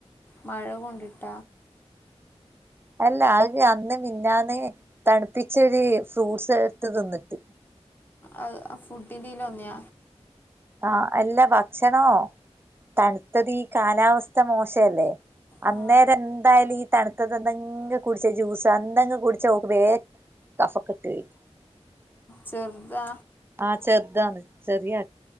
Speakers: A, on the left (about 15°); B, on the right (about 20°).
A: മഴ കൊണ്ടിട്ട
B: അല്ല അത് അന്ന് മിനിങ്ങാന്ന് തണുപ്പിച്ചൊരി ഫ്രൂട്ട്സ് എടുത്ത് തിന്നിട്ട്
A: ആഹ് അത് ഫുഡിൻ്റേല് വന്നത
B: ആഹ് അല്ല ഭക്ഷണോ തണുത്തത് ഈ കാലാവസ്ഥ മോശല്ലേ
A: ആ
B: അന്നേരെന്തായാലീ തണുത്തത് എന്തെങ്കി കുടിച്ച ജ്യൂസ് എന്തെങ്കി കുടിച്ച ഓക്ക് കഫക്കെട്ട് വരും
A: ചെറുത
B: ആഹ് ചെറുതാന്ന് ചെറിയ